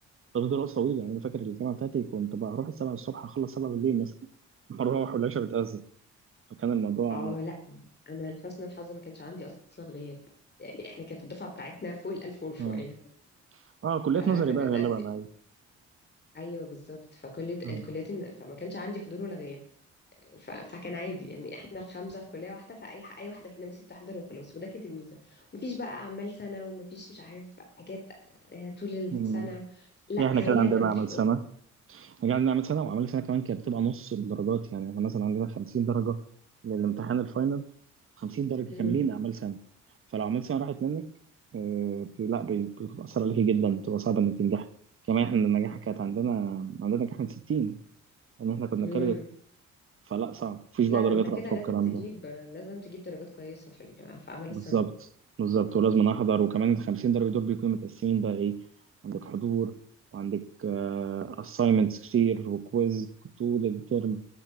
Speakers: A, on the right; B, on the left.
A: طب دراسة طويلة يعني أنا فاكر الجامعة بتاعتي كنت بروح السبعة الصبح أخلص سبعة بالليل مثلا بروح والعشاء بتأذن فكان الموضوع
B: اه لا انا لحسن الحظ ما كانش عندي اصلا غياب يعني احنا كانت الدفعه بتاعتنا فوق الالف وشويه
A: آه آه كليات
B: فكنا
A: نظري بقى غالبا
B: متقسم
A: أيوة
B: ايوه بالظبط فكل
A: آه.
B: الكليات فما كانش عندي حضور ولا غياب ف... فكان عادي يعني احنا الخمسه في كليه واحده فاي ح- اي واحده فينا بس بتحضر وخلاص وده كانت الميزه مفيش بقى اعمال سنه ومفيش مش عارف حاجات آه، طول السنه
A: مم.
B: لا
A: يعني إحنا
B: هي
A: كده عندنا
B: الامتحانات
A: عمل سنة يعني عندنا عمل سنة وعمل سنة كمان كانت بتبقى نص الدرجات يعني إحنا مثلا عندنا 50 درجة للامتحان الفاينل 50 درجة
B: امم
A: كاملين أعمال سنة فلو عملت سنة راحت منك آه، بي- لا بي- بتأثر عليك جدا بتبقى صعبة إنك تنجح كمان إحنا النجاح كانت عندنا عندنا نجاح من 60 لأن إحنا كنا
B: امم
A: فلا صعب مفيش
B: لا
A: بقى
B: ده
A: درجات
B: انت
A: رأفة
B: كده لازم
A: والكلام
B: تجيب
A: ده
B: لازم تجيب درجات كويسه في ال... في اعمال
A: بالظبط
B: السنه
A: بالظبط ولازم احضر وكمان ال 50 درجة دول بيكونوا متقسمين بقى ايه عندك حضور وعندك آه، assignments كتير وكويز طول الترم